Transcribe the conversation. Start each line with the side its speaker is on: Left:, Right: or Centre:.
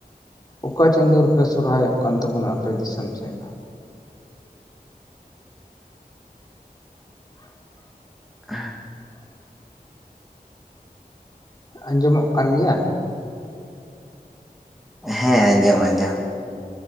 Left: ᱚᱠᱟ ᱪᱟᱸᱫᱳ ᱨᱮᱯᱮ ᱥᱚᱦᱚᱨᱟᱭᱚᱜ ᱠᱟᱱ ᱛᱟᱵᱚᱱᱟ ᱟᱯᱮ ᱫᱤᱥᱚᱢ ᱥᱮᱫ ᱫᱚ?
Centre: <inaudible>
Left: ᱟᱸᱡᱚᱢᱚᱜ ᱠᱟᱱᱜᱮᱭᱟ?
Centre: ᱦᱮᱸ ᱟᱸᱡᱚᱢ ᱟᱸᱡᱚᱢ᱾